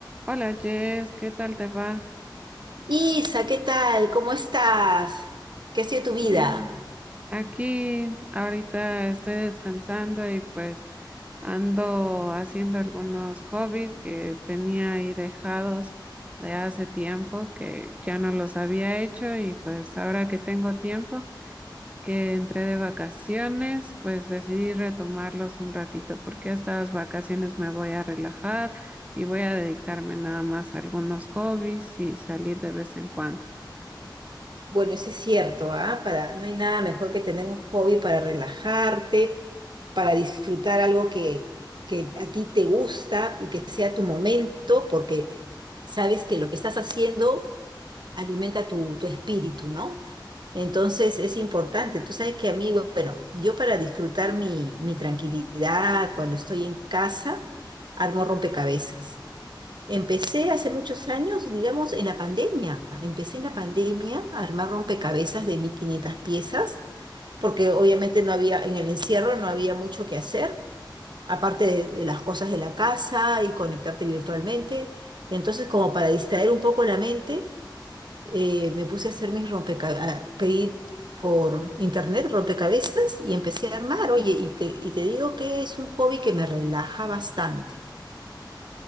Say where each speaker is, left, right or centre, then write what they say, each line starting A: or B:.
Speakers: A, on the right (about 15°); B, on the right (about 65°).
A: Hola Jess, ¿qué tal te va?
B: Isa, ¿qué tal? ¿Cómo estás? ¿Qué ha sido tu vida?
A: Bien. Aquí ahorita estoy descansando y pues ando haciendo algunos hobbies que tenía ahí dejados de hace tiempo que ya no los había hecho y pues ahora que tengo tiempo que entré de vacaciones, pues decidí retomarlos un ratito porque estas vacaciones me voy a relajar y voy a dedicarme nada más a algunos hobbies y salir de vez en cuando.
B: Bueno, eso es cierto, ¿ah? Para, no hay nada mejor que tener un hobby para relajarte, para disfrutar algo que, que a ti te gusta y que sea tu momento, porque sabes que lo que estás haciendo alimenta tu, tu espíritu, ¿no? Entonces es importante. Tú sabes que a mí, bueno, yo para disfrutar mi, mi tranquilidad cuando estoy en casa, armo rompecabezas. Empecé hace muchos años, digamos, en la pandemia. Empecé en la pandemia a armar rompecabezas de 1500 piezas, porque obviamente no había, en el encierro no había mucho que hacer, aparte de, de las cosas de la casa y conectarte virtualmente. Entonces, como para distraer un poco la mente, eh, me puse a hacer mis rompecabezas, pedí por internet rompecabezas y empecé a armar. Oye, y te, y te digo que es un hobby que me relaja bastante.